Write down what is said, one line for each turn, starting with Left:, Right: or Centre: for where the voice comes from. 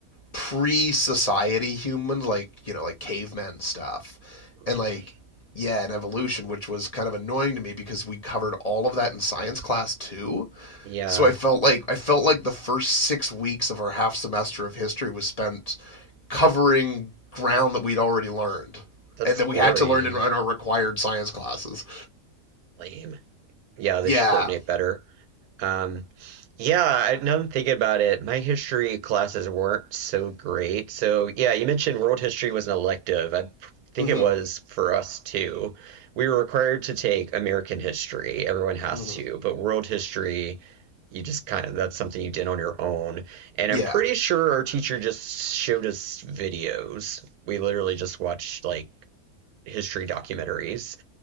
Left: pre-society humans, like you know, like cavemen stuff,
Right: <laughs>
Left: and like
Right: really.
Left: yeah, and evolution, which was kind of annoying to me because we covered all of that in science class too.
Right: Yeah,
Left: So I felt like I felt like the first six weeks of our half semester of history was spent covering ground that we'd already learned
Right: that's
Left: and that
Right: boring.
Left: we had to learn in, in our required science classes.
Right: Lame. Yeah, they
Left: Yeah.
Right: should coordinate better. Um, yeah, I, now I'm thinking about it, my history classes weren't so great. So, yeah, you mentioned world history was an elective. I think
Left: Mm-hmm.
Right: it was for us too. We were required to take American history. Everyone has
Left: Mm-hmm.
Right: to, but world history, you just kind of, that's something you did on your own. And
Left: Yeah.
Right: I'm pretty sure our teacher just showed us videos. We literally just watched like history documentaries